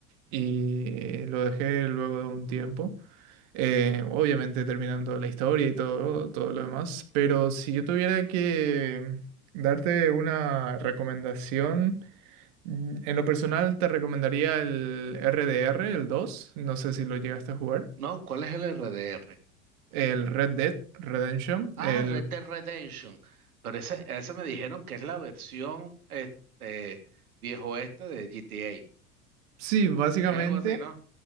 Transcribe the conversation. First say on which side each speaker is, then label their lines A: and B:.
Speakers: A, on the right; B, on the right.
A: y lo dejé luego de un tiempo. Eh, obviamente terminando la historia y todo, todo lo demás, pero si yo tuviera que darte una recomendación, mm, en lo personal te recomendaría el RDR, el dos no sé si lo llegaste a jugar,
B: No, ¿cuál es el RDR?
A: el Red Dead Redemption,
B: Ah,
A: el...
B: Red Dead Redemption. Pero ese, ese me dijeron que es la versión este, viejo este de GTA.
A: Sí, básicamente,
B: Es algo así, ¿no?